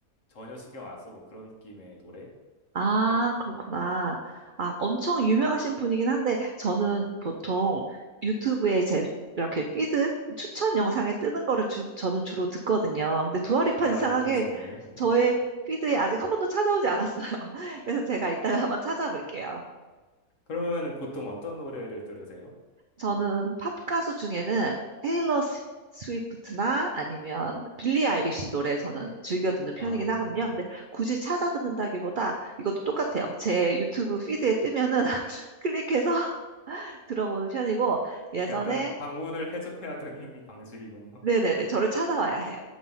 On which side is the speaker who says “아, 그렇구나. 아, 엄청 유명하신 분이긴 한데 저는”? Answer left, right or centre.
Right